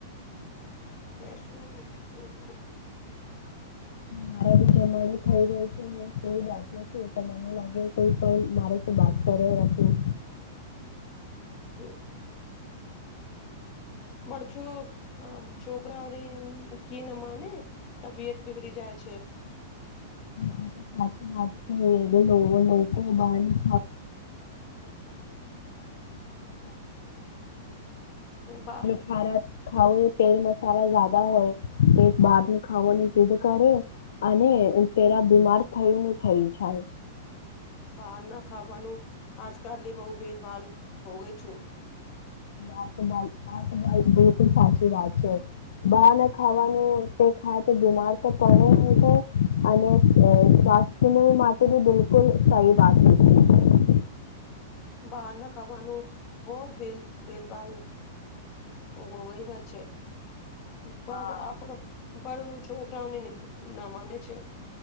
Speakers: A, on the left (about 30°); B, on the left (about 80°).
A: <inaudible>
B: મારા ભી જમાનું થઈ ગય છે, હખ્યો છું તો મને લાગે કોઈ પણ મારે તો બાત કરે હતું,
A: જે બળછો અ છોકરાઓની કી ના માને તબિયત બીગડી જાય છે,
B: આ તો સાચી વાત છે, લોકો બહાર <inaudible>
A: બા
B: <inaudible> ખાવું એ તેલ મસાલા જાદા હોય, તો બહાર ન ખાાવનું સિદ્ધ કરે અને તેરા બીમાર થઈને થઈ જાય,
A: બહાર ના ખાવાનું આજકાલની બો ભેલભાલ હો ગઈ છું,
B: આ તો ભાઈ આ તો ભાઈ બિલકુલ સાચી વાત છે, બાર ના ખાવાનું તે ખાય તો બીમાર તો પડે ને અને સ્વાસ્થ્ય માટે ભી બિલકુલ સહી વાત નથી,
A: બહાર ના ખાવાનું બો જ ભલ ભેલભાલ ગોગઈ છે, પર
B: હા
A: આપડો બરાબર છોકરાઓને ના માને છે,